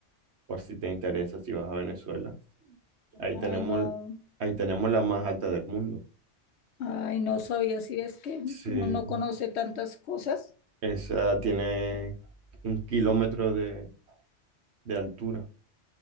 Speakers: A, on the right; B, on the left.
A: por si te interesa, si vas a Venezuela. Ahí
B: Ay,
A: tenemos,
B: no.
A: ahí tenemos la más alta del mundo.
B: Ay, no sabía si es que
A: Sí,
B: que uno no conoce tantas cosas.
A: esa tiene un kilómetro de, de altura.